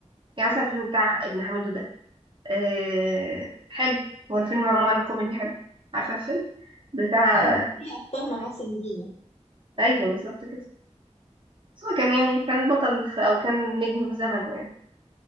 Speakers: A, on the right; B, on the left.
A: يعني مثلا الفيلم بتاع ابن حميدو ده آه حلو هو الفيلم عموما كوميدي حلو عارفة الفيلم بتاع
B: عشان في ابطال معاه سندينة
A: ايوه بالظبط كده بس هو كان يعني كان بطل في او كان نجم في زمنه يعني